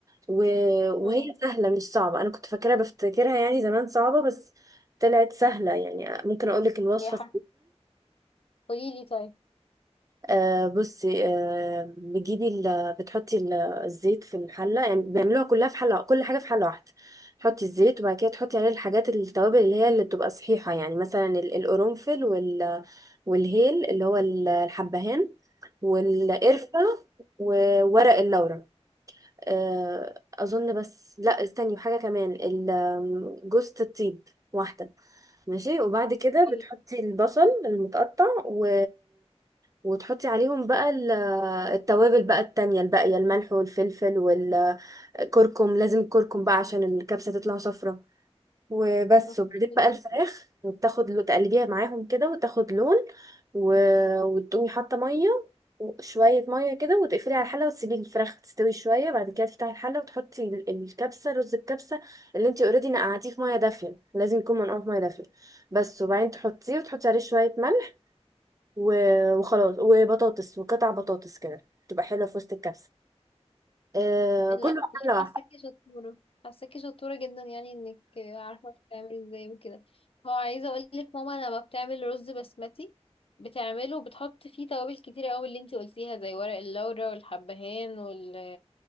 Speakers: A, on the right; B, on the left.
A: و... وهي
B: مم.
A: سهله مش صعبه انا كنت فاكرها بفتكرها يعني زمان صعبه بس طلعت سهله يعني ممكن اقولك الوصفه
B: يا حرف قوليلي طيب
A: آه بصي آه بتجيبي ال... بتحطي ال- الزيت في الحله يعني بيعملوها كلها في حله كل حاجه في حله واحده تحطي الزيت وبعد كده تحطي عليه الحاجات التوابل اللي هي اللي بتبقى صحيحه يعني مثلا ال- القرنفل وال... والهيل اللي هو ال- الحبهان والقرفه
B: مم.
A: وورق اللورا آه اظن بس لا استني وحاجه كمان ال- جوزة الطيب واحده ماشي وبعد كده
B: اوكي.
A: بتحطي البصل المتقطع و... وتحطي عليهم بقى ال- التوابل بقى التانية الباقية الملح والفلفل والكركم لازم الكركم بقى عشان الكبسة تطلع صفرة وبس
B: اوكي.
A: وبعدين بقى الفراخ وبتاخد لو تقلبيها معاهم كده وتاخد لون و... وتقومي حاطه ميه وشويه ميه كده وتقفلي على الحله وتسيبي الفراخ تستوي شويه بعد كده تفتحي الحله وتحطي ال- الكبسه رز الكبسه اللي انت اوريدي نقعتيه في ميه دافيه لازم يكون منقوع في ميه دافيه بس وبعدين تحطيه وتحطي عليه شويه ملح و... وخلاص وبطاطس وقطع بطاطس كده تبقى حلوه في وسط الكبسه آه
B: لا
A: كله
B: والله
A: حله واحده
B: حاساكي شطورة حاساكي شطورة جدا يعني انك عارفة بتعملي ازاي وكده هو عايزة اقولك ماما لما بتعمل رز بسمتي بتعمله وبتحط فيه توابل كتير قوي اللي انتي قلتيها زي ورق اللورا والحبهان وال